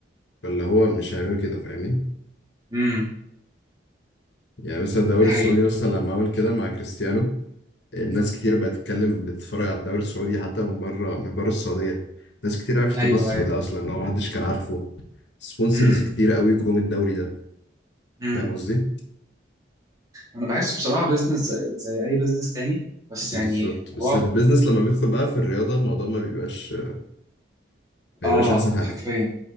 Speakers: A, on the left; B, on the right.
A: فاللي هو مش هيعملوا كده فاهمني
B: امم
A: يعني مثلا الدوري
B: دي حقيقه
A: السعودي مثلا لما عمل كده مع كريستيانو الناس كتير بقت تتكلم بتتفرج على الدوري السعودي حتى من بره من بره السعودية ناس كتير عرفت
B: ايوه
A: النصر
B: ايوه
A: ده اصلا اللي هو محدش كان عارفه سبونسرز
B: امم
A: كتير قوي جم الدوري ده
B: امم
A: فاهم قصدي
B: انا بحسه بصراحه بيزنس زي, زي اي بيزنس تاني بس
A: بالظبط
B: يعني الموضوع
A: بس البيزنس لما بيدخل بقى في الرياضة الموضوع ما بيبقاش ما بيبقاش
B: اه
A: احسن حاجة
B: حرفيا